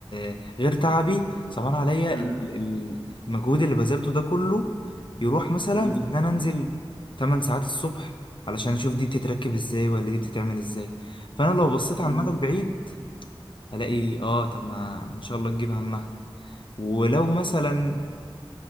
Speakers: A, on the left (about 60°); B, on the left (about 80°).
A: آه غير تعبي صعبان عليا
B: امم
A: ال- ال- المجهود اللي بذلته ده كله يروح مثلا
B: امم
A: في ان انا انزل 8 ساعات الصبح علشان اشوف دي بتتركب ازاي ولا دي بتتعمل ازاي فانا لو بصيت
B: امم
A: على المدى البعيد هلاقي اه طب ما ان شاء الله تجيب همها ولو مثلا